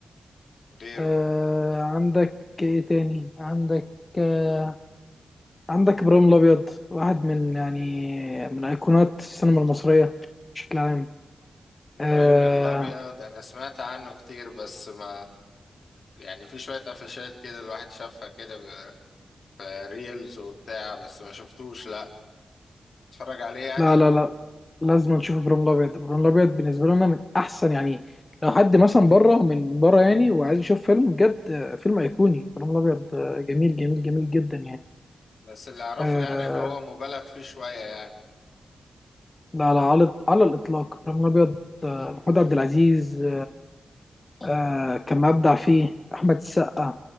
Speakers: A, on the left (about 65°); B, on the left (about 25°).
A: غيره
B: آه عندك ايه تاني؟ عندك آه عندك إبراهيم الأبيض واحد من يعني من أيقونات السينما المصرية بشكل عام
A: إبراهيم
B: آه،
A: الأبيض أنا سمعت عنه كتير بس ما يعني في شوية قفشات كده الواحد شافها كده في ريلز وبتاع بس ما شفتوش لا اتفرج عليه يعني
B: لا لا لا لازم نشوف ابراهيم الابيض ابراهيم الابيض بالنسبه لنا من احسن يعني لو حد مثلا بره من بره يعني وعايز يشوف فيلم بجد آه، فيلم ايقوني ابراهيم الابيض آه، جميل جميل جميل جدا يعني
A: بس اللي اعرفه
B: آه
A: يعني ان هو مبالغ فيه شوية يعني
B: لا لا على على الاطلاق ابراهيم الابيض آه، محمود عبد العزيز آه كان مبدع فيه احمد السقا